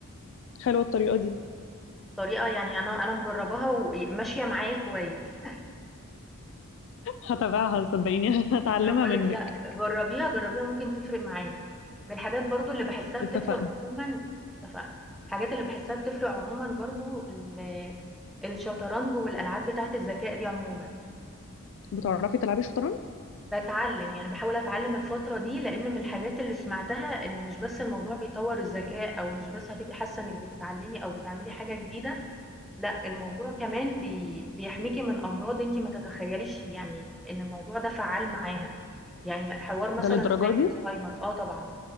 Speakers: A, on the left (about 55°); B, in the centre.
A: حلوه الطريقه دي
B: طريقة يعني أنا أنا مجرّباها وماشية معايا كويس.
A: هتابعها صدقيني <laughs> هتعلمها
B: أنا باقول
A: منك
B: لِك لأ، جرّبيها، جرّبيها ممكن تفرق معاكِ. من الحاجات برضه اللي باحسّها بتفرق
A: اتفقنا
B: عمومًا اتفقنا. الحاجات اللي باحسّها بتفرق عمومًا برضه ال الشطرنج والألعاب بتاعة الذكاء دي عمومًا.
A: بتعرفي تلعبي شطرنج
B: باتعلّم، يعني باحاول أتعلّم الفترة دي، لإن من الحاجات اللي سمعتها إن مش بس الموضوع بيطوّر الذكاء أو مش بس هتبقي حاسّة إنِّك بتتعلّمي أو بتعملي حاجة جديدة لأ، الموضوع كمان بي بيحميكِ من أمراض أنتِ ما تتخيليش يعني إن الموضوع ده فعّال معاها، يعني حوار مثلًا
A: ده للدرجة
B: زي
A: دي
B: الزهايمر آه طبعًا،